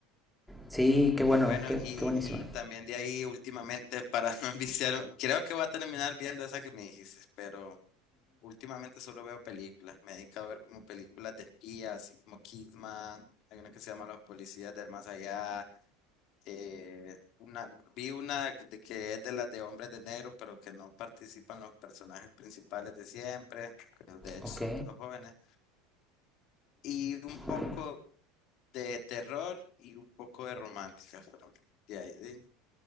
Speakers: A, in the centre; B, on the left.
A: Sí, qué bueno,
B: Y bueno,
A: qué,
B: y,
A: qué buenísima.
B: y también de ahí, últimamente, para <laughs> no enviciar, creo que voy a terminar viendo esa que me dijiste, pero últimamente solo veo películas. Me he dedicado a ver como películas de espías, así como Kidman. Hay una que se llama Los Policías del Más Allá. eh, una, vi una de que es de las de hombres de negro, pero que no participan los personajes principales de siempre, que de hecho
A: Ok,
B: son puros jóvenes, y un poco
A: ok.
B: de terror y un poco de románticas, pero de ahí, de-